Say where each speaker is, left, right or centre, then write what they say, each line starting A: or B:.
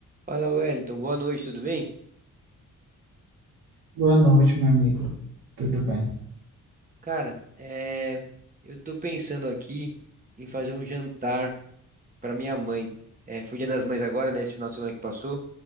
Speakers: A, on the right; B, on the right.
A: Fala, Wellington. Boa noite, tudo bem?
B: Boa noite, meu amigo. Tudo bem?
A: Cara, é, eu tô pensando aqui em fazer um jantar pra minha mãe. É, foi Dia das Mães agora, né? Esse final de semana que passou,